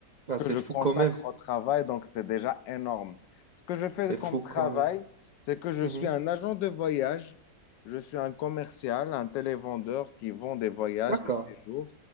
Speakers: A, on the right; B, on the left.
A: Ah,
B: que
A: c'est
B: je
A: fou
B: consacre
A: quand même.
B: au travail, donc c'est déjà énorme. Ce que je fais
A: C'est
B: comme
A: fou
B: travail,
A: quand même.
B: c'est que je
A: Mhm.
B: suis un agent de voyage, je suis un commercial, un télévendeur qui vend des voyages,
A: D'accord.
B: des séjours